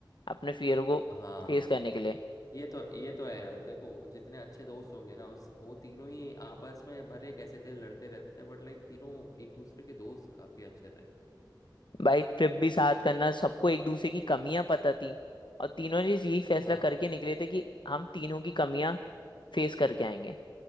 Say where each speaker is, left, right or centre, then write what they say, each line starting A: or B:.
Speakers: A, on the left; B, on the left.
A: अपने फियर को
B: हाँ
A: फेस करने के लिए
B: ये तो ये तो है यार देखो जितने अच्छे दोस्त होंगे ना उस वो तीनों ही आपस में भले कैसे थे लड़ते रहते थे बट लाइक तीनों एक दूसरे के दोस्त काफी अच्छे थे
A: भाई ट्रिप भी साथ करना सबको एक दूसरे की कमियां पता थी और तीनों ने यही फैसला
B: हाँ
A: करके निकले थे कि हम तीनों की कमियां फेस करके आएंगे